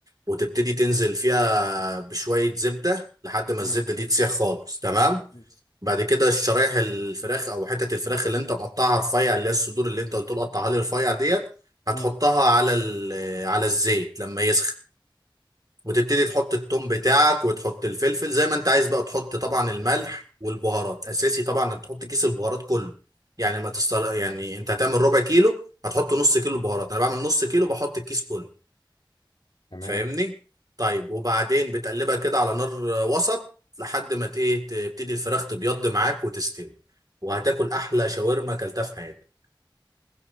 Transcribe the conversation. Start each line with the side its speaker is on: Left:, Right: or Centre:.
Right: وتبتدي تنزل فيها بشويه زبده لحد ما
Left: مم.
Right: الزبده دي تسيح خالص تمام
Left: مم.
Right: بعد كده الشرايح الفراخ او حتت الفراخ اللي انت مقطعها رفيع اللي هي الصدور اللي انت قلت له قطعها لي رفيع ديت هتحطها
Left: مم.
Right: على ال- على الزيت لما يسخن وتبتدي تحط التوم بتاعك وتحط الفلفل زي ما انت عايز بقى تحط طبعا الملح والبهارات اساسي طبعا انك تحط كيس البهارات كله يعني ما تستر... يعني انت هتعمل ربع كيلو هتحط نص كيلو بهارات انا بعمل نص كيلو بحط الكيس كله
Left: تمام
Right: فاهمني طيب وبعدين بتقلبها كده على نار آه، وسط لحد ما ت- ايه تبتدي الفراخ تبيض معاك وتستوي وهتاكل احلى شاورما اكلتها في حياتك